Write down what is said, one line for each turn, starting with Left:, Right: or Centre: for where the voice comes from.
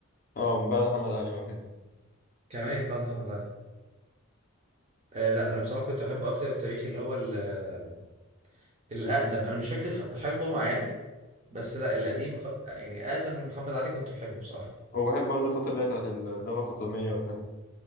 Left: اه من بعد محمد علي بقى كده
Right: كمان بعد محمد علي آه لا انا بصراحه كنت بحب اكتر التاريخ اللي هو ال- الاقدم انا مش فاكر ف- حقبه معينه بس لا القديم أك- يعني اقدم من محمد علي كنت بحبه بصراحه
Left: وبحب برضه الفترة اللي هي بتاعت الدولة الفاطمية والحاجات دي